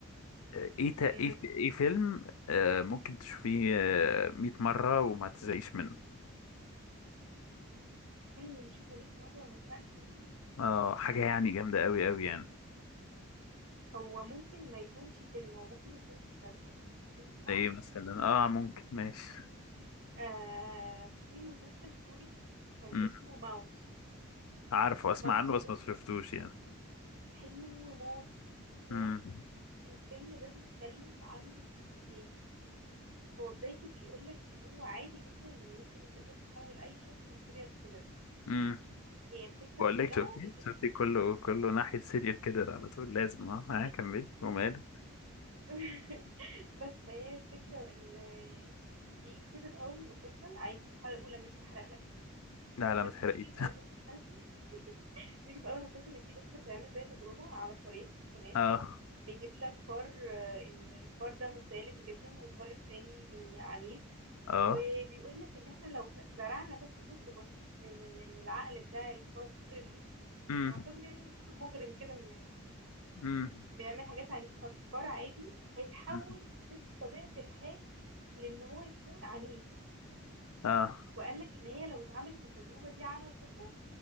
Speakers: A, on the left; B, on the right.
A: ايه تا...
B: مم.
A: ايه ايه فيلم آه ممكن تشوفيه آه 100 مرة وما تزهقيش منه
B: فيلم نشوفه 100 مرة وما زهقش منه
A: اه حاجة يعني جامدة أوي أوي يعني
B: هو ممكن ما يكونش فيلم هو ممكن يكون مسلسل ينفع
A: ده ايه مثلا اه ممكن ماشي
B: آه في مسلسل كوري كان
A: مم.
B: اسمه ماوس
A: عارفه اسمع
B: ماوس
A: عنه بس
B: ده
A: ما شفتوش يعني
B: حلو موت موت
A: امم
B: الفيلم ده بيتكلم عن يعني هو بدايته بيقولك ان هو عادي جدا ان انت ما تقدر تحول اي شخص لسيريال كيلر
A: امم
B: هي الفكرة
A: بقول
B: كلها
A: لك شفتي
B: ان
A: شفتي كله كله ناحية سيريال كده على طول لازم اه ها كمل وماله
B: <laughs> بس هي الفكرة ان بيجي كده في اول المسلسل عادي في الحلقة الاولى مش بحرق لك اهو
A: لا لا
B: بس
A: ما تحرقيش
B: بيجي في اول المسلسل <laughs> بيجي في اول المسلسل ان في دكتور بيعمل زي تجربة على فارين
A: <laughs>
B: تمام
A: اه
B: بيجيب لك فار آه، ان الفار ده مسالم جدا والفار التاني عنيف
A: اه
B: وبيقول لك ان احنا لو زرعنا بس جزء بسيط من من العقل بتاع الفار اللي
A: امم
B: اللي يعتبر يعني فار مجرم كده م-
A: امم
B: بيعمل حاجات عنيفة فالفار عادي هيتحول
A: أمم.
B: بطبيعة الحال لان هو يكون عنيف
A: اه
B: وقال لك ان هي لو اتعملت التجربة دي على البشر